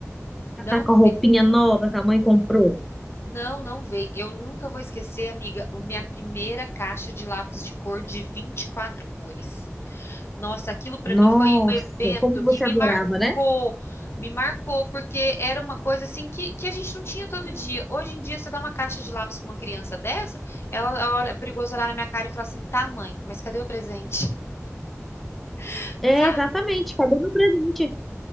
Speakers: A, in the centre; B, on the left.
A: que
B: não.
A: tá com a roupinha nova que a mãe comprou.
B: Não, não veio. Eu nunca vou esquecer, amiga, a minha primeira caixa de lápis de cor de 24 cores. Nossa, aquilo para
A: Nossa,
B: mim foi um evento
A: como você
B: que me
A: adorava,
B: marcou.
A: né?
B: Me marcou, porque era uma coisa assim que, que a gente não tinha todo dia. Hoje em dia, você dá uma caixa de lápis para uma criança dessa, ela olha, é perigoso olhar na minha cara e falar assim: tá, mãe, mas cadê o presente? <laughs>
A: É,
B: Sabe?
A: exatamente, cadê meu presente?